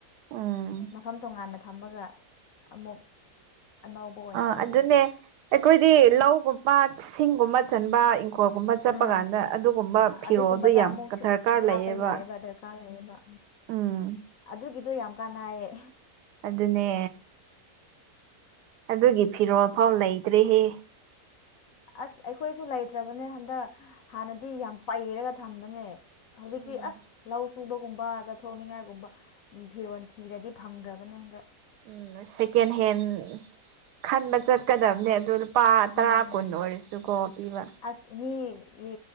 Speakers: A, on the right; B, on the left.
A: ꯎꯝ
B: ꯃꯐꯝ ꯇꯣꯉꯥꯟꯅ ꯊꯝꯃꯒ ꯑꯃꯨꯛ ꯑꯅꯧꯕ ꯑꯣꯏꯅ
A: ꯑꯥ
B: ꯂꯩꯕꯗꯣ
A: ꯑꯗꯨꯅꯦ ꯑꯩꯈꯣꯏꯗꯤ ꯂꯧꯒꯨꯝꯕ ꯁꯤꯡꯒꯨꯝꯕ ꯆꯟꯕ ꯏꯪꯈꯣꯜꯒꯨꯝꯕ ꯆꯠꯄ
B: ꯎꯝ
A: ꯀꯥꯟꯗ ꯑꯗꯨꯒꯨꯝꯕ ꯐꯤꯔꯣꯜꯗꯣ
B: ꯑꯗꯨꯒꯨꯝꯕꯗ
A: ꯌꯥꯝ
B: ꯑꯃꯨꯛ
A: ꯗꯔꯀꯥꯔ ꯂꯩꯌꯦꯕ
B: ꯍꯥꯞꯄ ꯌꯥꯏꯑꯕ ꯗꯔꯀꯥꯔ ꯂꯩꯌꯦꯕ
A: ꯎꯝ
B: ꯑꯗꯨꯒꯤꯗꯣ ꯌꯥꯝ ꯀꯥꯅꯥꯢꯌꯦ
A: ꯑꯗꯨꯅꯦ ꯑꯗꯨꯒꯤ ꯐꯤꯔꯣꯜ ꯐꯥꯎ ꯂꯩꯇ꯭ꯔꯦꯍꯦ
B: ꯑꯁ ꯑꯩꯈꯣꯏꯁꯨ ꯂꯩꯇ꯭ꯔꯕꯅꯦ ꯍꯟꯗꯛ ꯍꯥꯟꯅꯗꯤ ꯌꯥꯝ ꯄꯩꯔꯒ ꯊꯝꯕꯅꯦ ꯍꯧꯖꯤꯛꯇꯤ
A: ꯎꯝ
B: ꯑꯁ ꯂꯧ ꯁꯨꯕꯒꯨꯝꯕ ꯆꯠ ꯊꯣꯛꯅꯤꯡꯉꯥꯏꯒꯨꯝꯕ ꯐꯤꯔꯣꯜ ꯊꯤꯔꯗꯤ ꯐꯪꯗ꯭ꯔꯕꯅꯦ ꯍꯟꯗꯛ
A: ꯎꯝ ꯁꯦꯀꯦꯟ ꯍꯦꯟ ꯈꯟꯕ ꯆꯠꯀꯗꯕꯅꯦ ꯑꯗꯨ ꯄꯥ
B: ꯎꯝ
A: ꯇꯔꯥ ꯀꯨꯟ ꯑꯣꯏꯔꯁꯨꯀꯣ ꯄꯤꯕ
B: ꯑꯁ ꯃꯤꯒꯤ